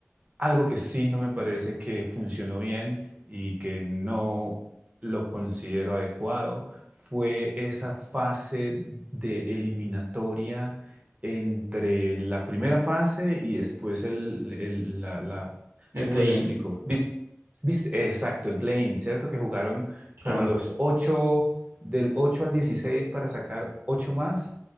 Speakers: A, on the right; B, on the right.
A: Algo que sí no me parece que funcionó bien y que no lo considero adecuado fue esa fase de eliminatoria entre la primera fase y después el, el- la, la-
B: El
A: ¿cómo
B: play-in,
A: te explico? ¿Viste? ¿Viste? Exacto, el play-in, ¿cierto? Que jugaron
B: claro.
A: como los 8 del 8 al 16 para sacar 8 más.